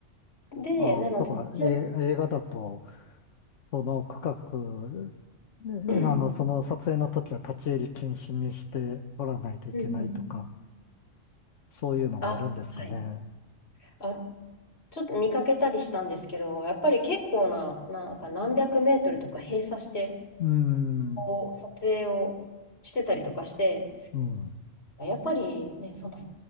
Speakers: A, on the left (about 60°); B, on the left (about 80°).
A: で、
B: あ、
A: なので、
B: とか、
A: ちな、
B: え、映画だと、その区画、ねあの、
A: うん。
B: その撮影の時は立ち入り禁止にして撮らないといけないとか、
A: うんうん。
B: そういうのがあるんですかね。
A: あ、はい。あ、ちょっと見かけたりしたんですけど、やっぱり結構な、なんか何百メートルとか閉鎖して、
B: うん、
A: こう撮影をしてたりとかして、
B: うん、
A: やっぱりね、その、